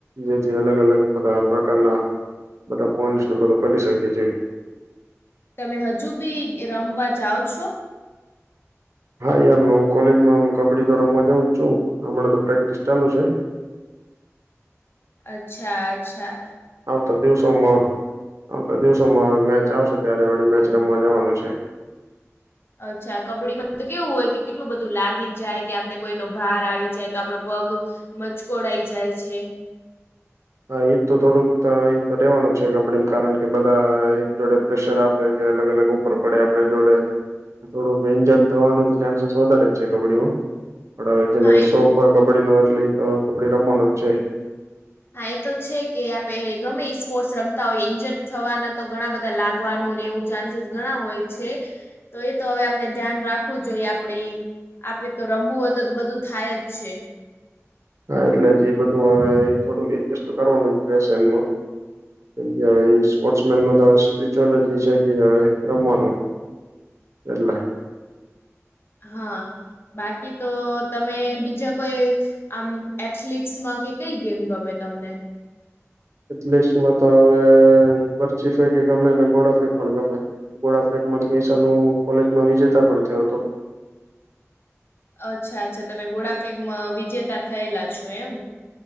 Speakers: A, on the right; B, on the left.
A: જેથી અલગ-અલગ બધા પ્રકારના બધા પોઈન્ટસને બધુ કરી શકે છે.
B: તમે હજુ બી રમવા જાઓ છો?
A: હા, ઈમ હું કોલેજમાંમ કબ્ડી તો રમવા જઉ જ છું, હમણા તો પ્રેક્ટિસ ચાલુ સે.
B: અચ્છા-અચ્છા.
A: આવતા દિવસોમાં આવતા દિવસોમાં અવે મેચ આવશે, ત્યારે વળી મેચ રમવા જવાનું છે.
B: અચ્છા. કબ્ડીમાં તો કેવુ ઓય કે કેટલુ બધુ લાગી જાય કે, આપને કોઈનો ભાર આવી જાય, તો આપડો પગ મચકોડાઈ જાય છે.
A: હ એ તો થોડુંક ત એત રેવાનુ છે કબ્ડીમાં કારણ કે, બધા એક જોડે પ્રેશર આ કોઈ કે અલગ-અલગ ઉપર પડે આપડે જોડે. થોડુક ઈન્જર્ડ થવાનું તો ચાન્સીસ વધારે જ છે, કબ્ડીમા. પડ અવે જેને
B: હા એ
A: શોખ ઓય કબ્ડી નો એટલે ઈતો કબ્ડી રમવાનો જ છે.
B: હા એ તો છે કે, આપે ગમે ઈ સ્પોર્ટ્સ રમતા ઓય. ઈન્જત થવાના તો ઘણા બધા લાગવાનું ને એવુ ચાન્સીસ ઘણા હોય છે. તો એ તો અવે આપણે ધ્યાન રાખવુ જોઈએ, આપડણી આપરે તો રમવું ઓય, તો તે બધુ થાય જ છે.
A: હા એટલે જ એ બધુ અવે થોડુંક એક્જસ તો કરવાનુ જ રેશે એન્મા. કેમ કે હવે ઈ સ્પોર્ટ્સ મેન ન તો સ્પિરચ્યુઅલ જ એ છે કે, હવે રમવાનુ એટલે
B: હા, બાકી તો તમે બીજા કોઈ આમ, એથલિક્સ માં કે કઈ ગેમ ગમે તમને?
A: એથલેસમાં તો અવે પરચી શકે, ગમે એને ઘોડા ફેક પણ ગમે. ગોડાફેકમા તો ગઈ સાલુ કોલેજમાં વિજેતા પણ થયો અતો.
B: અચ્છા-અચ્છા, તમે ગોડાફેકમાં વિજેતા થયેલા છો એમ.